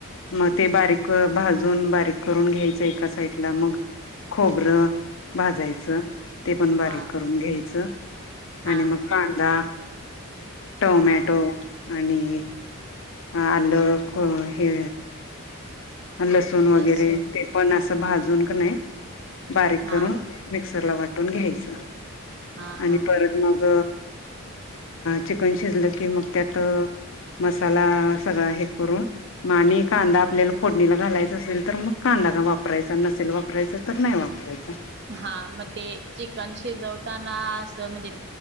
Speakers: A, on the left; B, on the right.
A: मग ते बारीक भाजून बारीक करून घ्यायचं एका साईडला मग खोबरं भाजायचं ते पण बारीक
B: हा
A: करून घ्यायचं
B: हा
A: आणि मग कांदा टोमॅटो
B: हा
A: आणि आलं क हे लसूण वगैरे
B: लसूण
A: ते पण असं भाजून का नाही बारीक
B: हा
A: करून मिक्सरला वाटून घ्यायचं
B: हा
A: आणि
B: हा
A: परत मग चिकन शिजलं की मग त्यात मसाला सगळा हे करून आणि कांदा आपल्याला फोडणीला घालायचं असेल तर मग कांदा का वापरायचा नसेल वापरायचां तर नाही वापरायचा
B: हा मग ते चिकन शिजवताना अस म्हणजे